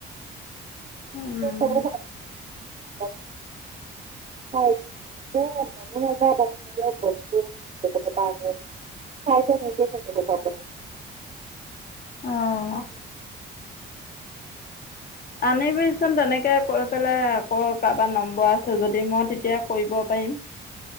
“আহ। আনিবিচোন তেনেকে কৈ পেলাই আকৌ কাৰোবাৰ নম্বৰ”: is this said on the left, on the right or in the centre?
Left